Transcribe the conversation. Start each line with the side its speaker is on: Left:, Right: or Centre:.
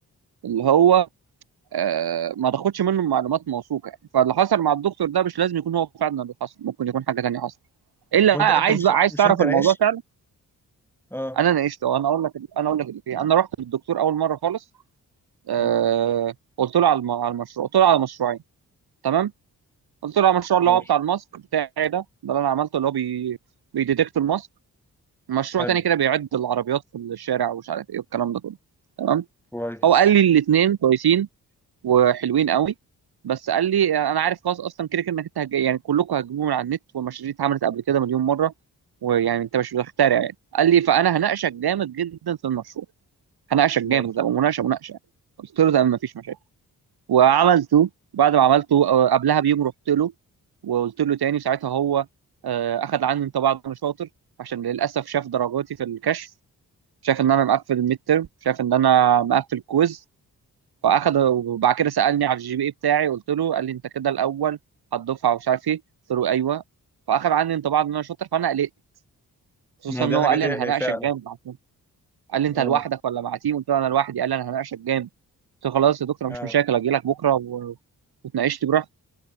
Right: اللي هو آه، ما تاخدش منه معلومات موثوقه يعني فاللي حصل مع الدكتور ده مش لازم يكون هو فعلا اللي حصل ممكن يكون حاجه تانيه حصلت الا
Centre: وانت
Right: بقى
Centre: انت
Right: عايز
Centre: مش
Right: بقى عايز
Centre: مش
Right: تعرف
Centre: انت ناقشت
Right: الموضوع فعلا
Centre: اه
Right: انا ناقشته انا اقول لك انا اقول لك اللي فيه انا رحت للدكتور اول مره خالص آه،
Centre: مم.
Right: قلت له على الم- على المشروع قلت له على مشروعين تمام قلت له على المشروع اللي
Centre: ماشي
Right: هو بتاع الماسك بتاعي ده ده اللي انا عملته اللي هو بي بيديتكت الماسك مشروع
Centre: حلو
Right: تاني كده بيعد العربيات في الشارع ومش عارف ايه والكلام ده كله تمام
Centre: كويس
Right: هو قال لي الاثنين كويسين وحلوين قوي بس قال لي انا عارف خلاص اصلا كده كده انك انت هج... يعني كلكم هتجيبوه من على النت والمشاريع دي اتعملت قبل كده مليون مره ويعني انت مش بتخترع يعني قال لي فانا هناقشك جامد جدا في المشروع هناقشك جامد
Centre: ماشي
Right: ده مناقشه مناقشه يعني قلت له تمام مفيش مشاكل وعملته بعد ما عملته آه، قبلها بيوم رحت له وقلت له تاني ساعتها هو آه، اخذ عني انطباع ان انا شاطر عشان للاسف شاف درجاتي في الكشف شاف ان انا مقفل الميد ترم شاف ان انا مقفل كويز فاخد وبعد كده سالني على الجي بي اي بتاعي قلت له قال لي انت كده الاول هتدفع ومش عارف ايه قلت له ايوه فاخد عني انطباع ان انا شاطر فانا قلقت خصوصا
Centre: ما دي
Right: ان هو
Centre: حاجة
Right: قال
Centre: تقلق
Right: لي انا هناقشك
Centre: فعلا
Right: جامد عشان قال لي انت
Centre: اه
Right: لوحدك ولا مع تيم قلت له انا لوحدي قال لي انا هناقشك جامد قلت له خلاص يا دكتور
Centre: اه
Right: مش مشاكل اجي لك بكره و... وتناقشت براحتك